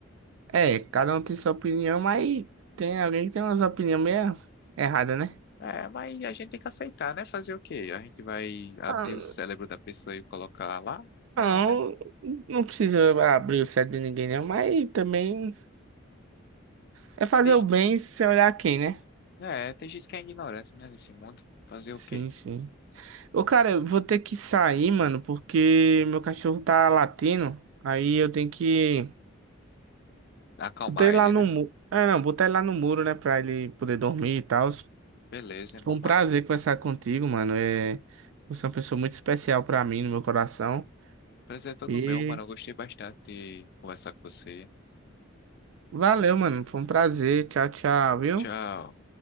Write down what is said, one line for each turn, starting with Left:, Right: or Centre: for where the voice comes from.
Right: é, cada um tem sua opinião, mas tem alguém que tem umas opiniões meio erradas, né?
Left: É, mas a gente tem que aceitar, né? Fazer o quê? A gente vai abrir
Right: Ah,
Left: o cérebro da pessoa e colocar lá?
Right: Não,
Left: Não, né?
Right: não precisa abrir o cérebro de ninguém, não, mas também é fazer
Left: Tem, ge-
Right: o bem sem olhar quem, né?
Left: é, tem gente que é ignorante, né, nesse mundo. Fazer
Right: Sim,
Left: o quê?
Right: sim. Ô, cara, eu vou ter que sair, mano, porque meu cachorro tá latindo. Aí eu tenho que.
Left: Acalmar
Right: Botar ele
Left: ele,
Right: lá no
Left: né?
Right: muro. Ah, não, botar ele lá no muro, né? Pra ele poder dormir e tal.
Left: Beleza, irmão,
Right: Foi um
Left: mano.
Right: prazer conversar contigo, mano. É... Você é uma pessoa muito especial pra mim, no meu coração.
Left: Prazer é todo
Right: E
Left: meu, mano. Eu gostei bastante de conversar com você.
Right: valeu, mano. Foi um prazer. Tchau, tchau, viu?
Left: Tchau.